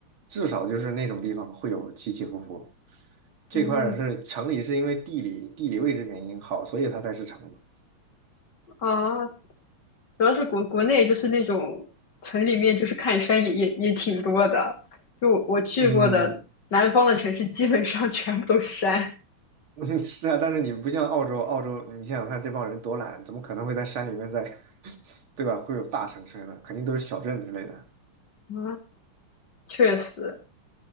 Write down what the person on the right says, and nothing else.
至少就是那种地方会有起起伏伏。这块儿是城里是因为地理地理位置原因好，
所以它才是城嘛
嗯，
<laughs> 是啊，但是你不像澳洲，澳洲你想想看，这帮人多懒，怎么可能会在山里面在，<laughs> 对吧？会有大城市呢？肯定都是小镇之类的。